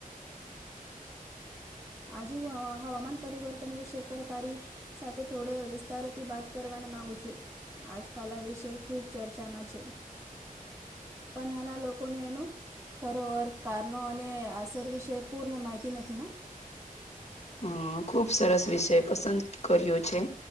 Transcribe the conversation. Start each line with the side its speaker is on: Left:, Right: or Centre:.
Right: આજે હવામાન પરિવર્તન વિશે પડતારી સાથે થોડો વિસ્તારથી બાત કરવાની માગુ છું આજકાલ આ વિષય ખૂબ ચર્ચામાં છે. પણ આના લોકોને એનો ખરો અર્થ કારનોો અને અસર વિશે પૂર્ણ માહિતી નથી.
Left: હ ખુબ સરસ વિષય પસંદ કર્યો છે,